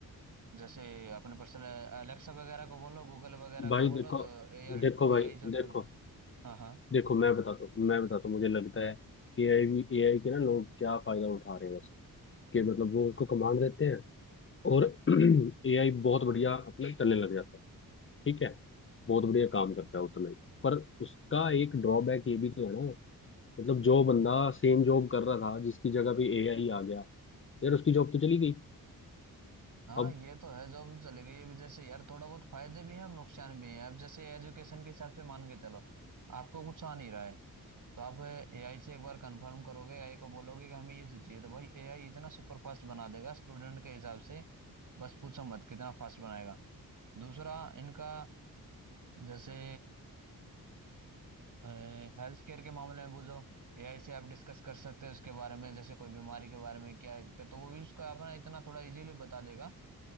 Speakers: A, on the right; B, on the left.
A: जैसे अपने पर्सनल अलेक्सा वगैरह को बोलो गूगल वगैरह
B: भाई
A: को बोलो
B: देखो
A: तो एआई
B: देखो भाई
A: एआई जो
B: देखो
A: टूल हाँ हाँ
B: देखो मैं बताता हूँ मैं बताता हूँ मुझे लगता है ए आई ए आई के ना लोग क्या फायदा उठा रहे हैं बस कि मतलब वो उसको कमांड देते हैं और <clears throat> एआई बहुत बढ़िया अपना चलने लग जाता है ठीक है बहुत बढ़िया काम करता है उतना ही पर उसका एक ड्रॉबैक ये भी तो है ना मतलब जो बंदा सेम जॉब कर रहा था जिसकी जगह भी एआई आ गया यार उसकी जॉब तो चली गई
A: हाँ
B: अब
A: ये तो है जॉब तो चली गई अभी जैसे यार थोड़ा बहुत फायदे भी हैं और नुकसान भी हैं अब जैसे एजुकेशन के हिसाब से मान के चलो आपको कुछ आ नहीं रहा है तो आप एआई से एक बार कंफर्म करोगे एआई को बोलोगे कि हमें ये चीज चाहिए तो भाई एआई इतना सुपर फास्ट बना देगा स्टूडेंट के हिसाब से बस पूछो मत कितना फास्ट बनाएगा दूसरा इनका जैसे हेल्थ केयर के मामले में बुझो एआई से आप डिस्कस कर सकते हो उसके बारे में जैसे कोई बीमारी के बारे में क्या है दिक्कत, तो वो भी उसको अपना इतना थोड़ा इजीली बता देगा